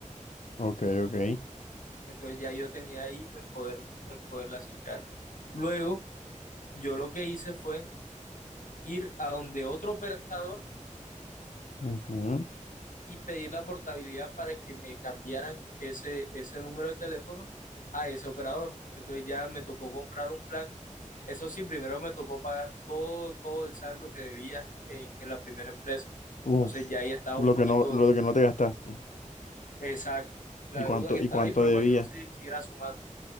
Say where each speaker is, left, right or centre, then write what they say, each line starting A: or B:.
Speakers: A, on the left; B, on the left.
A: ok, ok.
B: Entonces ya yo tenía ahí en poder, en poder la SINCAR. Luego, yo lo que hice fue ir a donde otro operador
A: Ujú.
B: y pedir la portabilidad para que me cambiaran ese, ese número de teléfono a ese operador. Entonces ya me tocó comprar un plan. Eso sí, primero me tocó pagar todo, todo el saldo que debía en, en la primera empresa.
A: Uf.
B: Entonces ya ahí estaba
A: Lo
B: un poquito
A: que no, lo que no te gastaste.
B: exacto la
A: ¿Y cuánto,
B: deuda que
A: y
B: estaba
A: cuánto
B: ahí, pero
A: debías?
B: para que no se siguiera sumando.